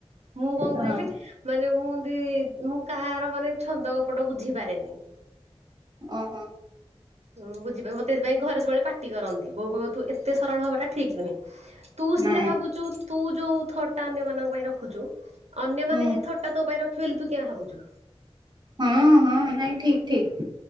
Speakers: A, on the right; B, on the right.
A: ମୁଁ କଣ
B: ହଁ
A: କହିଁଲି ମାନେ ମୁଁ ସେଇ ମୁଁ କାହାର ମାନେ ଛନ୍ଦ କପଟ ବୁଝି ପାରେନି।
B: ଓ ହୋ।
A: ଓଁ ବୁଝିବା ମତେ ସେଥିପାଇଁ ଘରେ ସବୁବେଳେ ପାଟି କରନ୍ତି। ବୋଉ କହୁ ତୁ ଏତେ ସରଳ ହବାଟା ଠିକ ନୁହେଁ। ତୁ
B: ନାଇଁ
A: ସିନା ଭାବୁଚୁ ତୁ ଯୋଉ ଥଟା ନ ତମମାନଙ୍କ ପାଇଁ ରଖୁଛୁ ଅନ୍ୟମାନେ
B: ହୁଁ
A: ହେ ଏଥରଟା ତୋପାଇଁ ରଖିବେ ବୋଲି ତୁ କିଆଁ ଭାବୁଛୁ?
B: ହଁ ହଁ ନାଇଁ ଠିକ୍ ଠିକ୍।